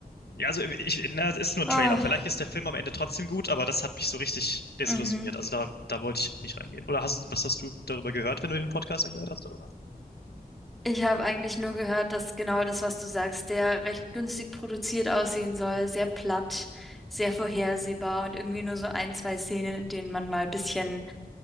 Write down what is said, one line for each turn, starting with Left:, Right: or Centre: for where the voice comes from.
Left: ja, also ich, na, es ist nur ein
Centre: Ah,
Left: Trailer. Vielleicht ist der Film am Ende trotzdem gut, aber das hat mich so richtig desillusioniert.
Centre: mhm.
Left: Also da, da wollte ich nicht reingehen. Oder hast, was hast du darüber gehört, wenn du den Podcast angehört hast, oder?
Centre: Ich habe eigentlich nur gehört, dass genau das, was du sagst, der recht günstig produziert aussehen soll, sehr platt, sehr vorhersehbar und irgendwie nur so ein, zwei Szenen, in denen man mal ein bisschen